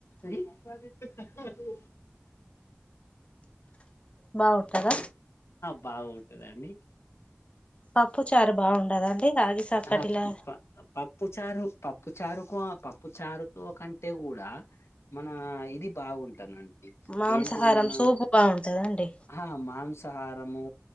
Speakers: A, on the left; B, on the left.
A: ఇది అప్ప జెత్తె తగ్గను
B: బావుంటదా
A: బావుంటదండి
B: పప్పు చారు బావుండదా అండి రాగి సంకటిలా
A: ఆ ప పప్పు చారు పప్పు చారుకో పప్పు చారుతో కంటే గూడా మన ఇది బాగుంటనండి
B: మాంసాహారం
A: ఏంటిది మన
B: సూపు బాగుంటదండి
A: హ మాంస హారము